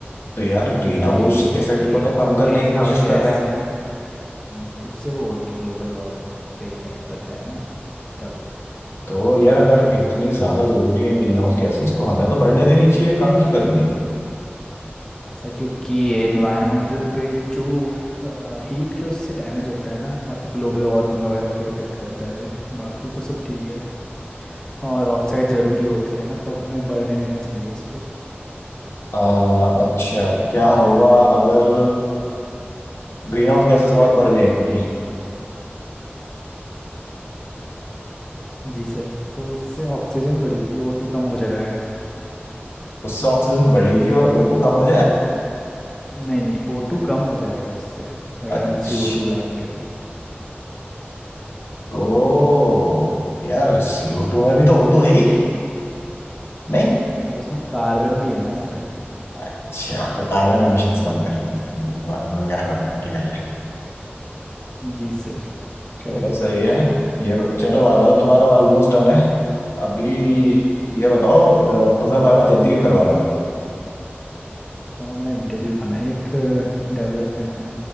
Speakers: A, on the left; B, on the left.
A: तो यार ग्रीन
B: पर
A: हाउस
B: heat
A: इफेक्ट
B: green
A: को तो कम करने
B: ग्रीन
A: की कोशिश
B: हाउस
A: कर
B: gas
A: रहे हैं हम
B: से- हम्म, उससे वो होती है ग्लोबल वार्मिंग पे इफेक्ट पड़ता है ना तब
A: तो यार अगर इतनी ज्यादा जरूरी है ग्रीन हाउस गैसेस तो हमें तो बढ़ने देनी चाहिए कम क्यों करनी है
B: सर क्योंकि एनवायरमेंटल पे जो हीट के उससे डैमेज होता है ना काफ़ी ग्लोबल वार्मिंग वगैरह पे इफेक्ट करता है ये बाकी तो सब ठीक है और ऑक्साइड ज़रूरी होते हैं ना तब हमें बढ़ने देना चाहिए इसको
A: आ, अच्छा क्या होगा अगर ग्रीन हाउस गैसेस बहुत बढ़ जाएंगी
B: जी सर तो उससे ऑक्सीजन बढ़ेगी ओ टू कम हो जाएगा
A: उससे ऑक्सीजन बढ़ेगी और ओ2 कम हो जाए
B: नहीं नहीं ओ टू कम हो जाएगा उससे अगर
A: अच्छा
B: हम सी ओ टू बढ़ाएंगे तो
A: ओ यार सीओ टू में भी तो O2 है ही नहीं
B: पर उसमें कार्बन भी है ना सर
A: अच्छा तो कार्बन एमिशंस कम करने हैं वार्मिंग वगैरह कम करने के लिए
B: जी सर करेक्ट
A: चलो सही है ये चलो वाइवा तो तुम्हारा ऑलमोस्ट डन है अभी ये बताओ अ,
B: हाँ
A: तुम्हें
B: सर
A: वाइवा जल्दी भी करवाना था
B: तो मेरा इंटरव्यू था ना एक डेवलपमेंट का